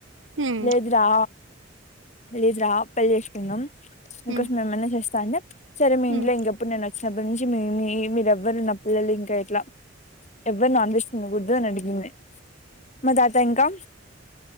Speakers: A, on the right; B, on the left.
A: ఉమ్
B: లేదురా లేదురా పెళ్లి చేసుకుందాం నీ
A: ఉమ్
B: కోసం ఎమన్న చేస్తా అంటె సరే మీ ఇంట్లో
A: ఉమ్
B: ఇంకెప్పుడు నేను వచ్చినప్పటి నుంచి మీ మీ మీరెవ్వరు నప్ పిల్లలు ఇంక ఎట్లా ఎవ్వరు నాన్ వెజ్ తినగూడదూ అనడిగింది మా తాత ఇంకా